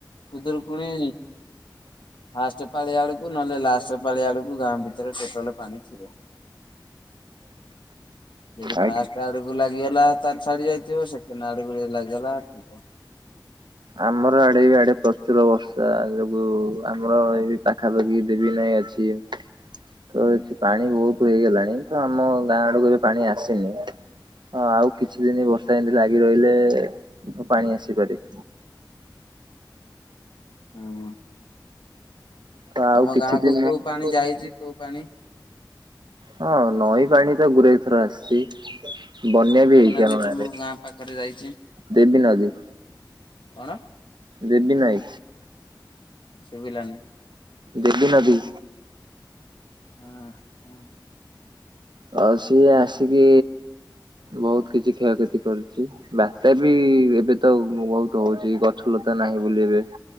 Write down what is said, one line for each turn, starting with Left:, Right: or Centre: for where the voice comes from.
Left: ଖୁଦୁରୁକୁଣୀ ଫାଷ୍ଟ ପାଳି ଆଡକୁ ନହେଲେ ଲାଷ୍ଟ ପାଳି ଆଡକୁ ଗାଁ ଭିତରେ ଟୋଟାଲ ପାଣି ଥିବ। ସେ ଯୋଉ
Right: ଆଜ୍ଞା
Left: ଫାଷ୍ଟ୍ ତା ଆଡକୁ ଲାଗିଗଲା ତାହେଲେ ଛାଡି ଯାଇଥିବ ସେ କେନା ଆଡକୁ ଯଦି ଲାଗିଗଲା ଥିବ।
Right: ଆମର ଆଡେ <unintelligible> ଆଡେ ପ୍ରଚୁର ବର୍ଷା ଯୋଗୁ ଆମର ଏଇ ପାଖାପାଖି ଦେବୀ ନଈ ଅଛି। ତ ଏଠି ପାଣି ବହୁତ ହେଇଗଲାଣି, ତ ଆମ ଗାଁଆ ଆଡକୁ ଏବେ ପାଣି ଆସିନି। ହଁ ଆଉ କିଛି ଦିନି ବର୍ଷା ଏମତି ଲାଗି ରହିଲେ <inaudible> ପାଣି ଆସିପାରେ।
Left: ହୁଁ,
Right: ତ ଆଉ
Left: ତମ
Right: କିଛି
Left: ଗାଁକୁ
Right: ଦିନ
Left: କୋଉ ପାଣି ଯାଇଛି କୋଉ ପାଣି?
Right: ହଁ ନଈପାଣି ତ ଗୁରେଇ ଥର ଆସିଛି। ବନ୍ୟା ବି
Left: କୋଉ
Right: ହେଇଛି
Left: ନଦୀ
Right: ଆମ ଗାଆଁରେ,
Left: ତମ ଗାଁ ପାଖରେ ଯାଇଛି
Right: ଦେବୀ ନଦୀ।
Left: କଣ?
Right: ଦେବୀ ନଈ।
Left: ଶୁଭିଲାନି।
Right: ଦେବୀ ନଦୀ।
Left: ହଁ ହଁ।
Right: ଆଉ ସିଏ ଆସିକି, ବହୁତ କିଛି କ୍ଷୟକ୍ଷତି କରୁଛି। ବାତ୍ୟା ବି ଏବେ ତ ବହୁତ ହଉଛି, ଗଛଲତା ନାହିଁ ବୋଲି ଏବେ।